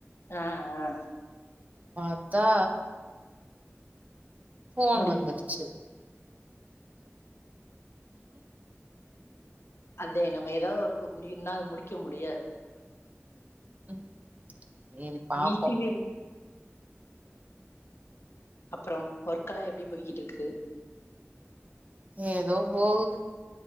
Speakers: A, on the left; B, on the right.
A: ஆ ஆ
B: பாத்தா போன்
A: முடியும்
B: வந்துருச்சு
A: அதே நம்ம ஏதாது ஒர்க்கு முடியும்னா அது முடிக்க முடியாது
B: ம் செரி பாப்போம்
A: வீட்டு வீடு அப்றோம் ஒர்க் எல்லா எப்டி போய்கிட்டு இருக்கு
B: ஏதோ போகுது